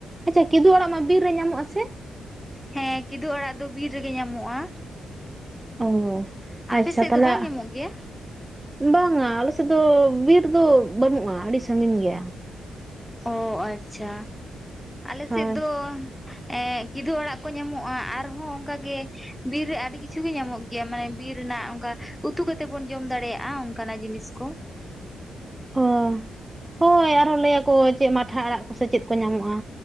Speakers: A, on the right (about 20°); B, in the centre.
A: ᱟᱪᱪᱷᱟ ᱠᱤᱫᱩ ᱟᱲᱟᱜ ᱢᱟ ᱵᱤᱨ ᱨᱮ ᱧᱟᱢᱚᱜ ᱟᱥᱮ
B: ᱦᱮᱸ ᱠᱤᱫᱩ ᱟᱲᱟᱜ ᱫᱚ ᱵᱤᱨ ᱨᱮᱜᱮ ᱧᱟᱢᱚᱜᱼᱟ
A: ᱚ
B: ᱟᱯᱮ
A: ᱟᱪᱪᱷᱟ
B: ᱥᱮᱫ
A: ᱛᱟᱦᱚᱞᱮ
B: ᱫᱚ ᱵᱟᱝ ᱧᱟᱢᱚᱜ ᱜᱮᱭᱟ
A: ᱵᱟᱝᱟ ᱟᱥᱮᱫ ᱫᱚ ᱵᱤᱨ ᱫᱚ ᱵᱟᱹᱱᱩᱜᱼᱟ ᱟᱹᱰᱤ ᱥᱟᱺᱜᱤᱧ ᱜᱮᱭᱟ
B: ᱚ ᱟᱪᱪᱷᱟ ᱟᱞᱮ
A: ᱦᱳᱭ
B: ᱥᱮᱫ ᱫᱚ ᱮ ᱠᱤᱫᱩ ᱟᱲᱟᱜ ᱠᱚ ᱧᱟᱢᱚᱜᱼᱟ ᱟᱨᱦᱚᱸ ᱚᱱᱠᱟᱜ ᱜᱮ ᱵᱤᱨ ᱨᱮ ᱟᱹᱰᱤ ᱠᱤᱪᱷᱩ ᱜᱮ ᱧᱟᱢᱚᱜ ᱜᱮᱭᱟ ᱢᱟᱱᱮ ᱵᱤᱨ ᱨᱮᱱᱟᱜ ᱚᱱᱠᱟ ᱩᱛᱩ ᱠᱟᱛᱮᱫ ᱵᱚᱱ ᱡᱚᱢ ᱫᱟᱲᱮᱭᱟᱜᱼᱟ ᱚᱱᱠᱟᱱᱟᱜ ᱡᱤᱱᱤᱥ ᱠᱚ
A: <inaudible> ᱚ ᱦᱳᱭ ᱟᱨᱦᱚᱸ ᱞᱟᱹᱭ ᱟᱠᱠᱚ ᱪᱮᱫ ᱢᱟᱴᱷᱟ ᱟᱲᱟᱜ ᱠᱚᱥᱮ ᱪᱮᱫ ᱠᱚ ᱧᱟᱢᱚᱜᱼᱟ